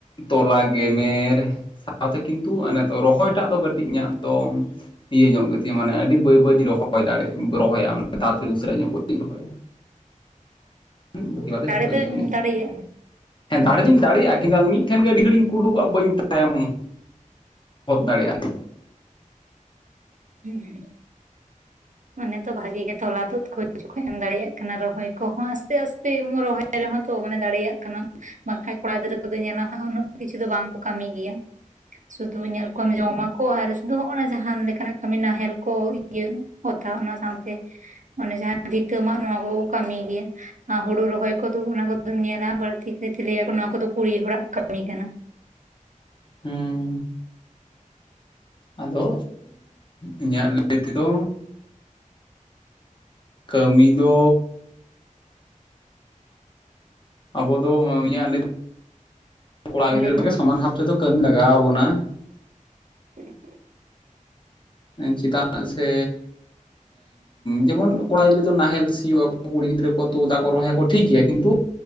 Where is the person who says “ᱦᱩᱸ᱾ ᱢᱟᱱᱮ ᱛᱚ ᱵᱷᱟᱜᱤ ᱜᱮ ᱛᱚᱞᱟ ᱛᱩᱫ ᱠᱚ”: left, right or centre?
Right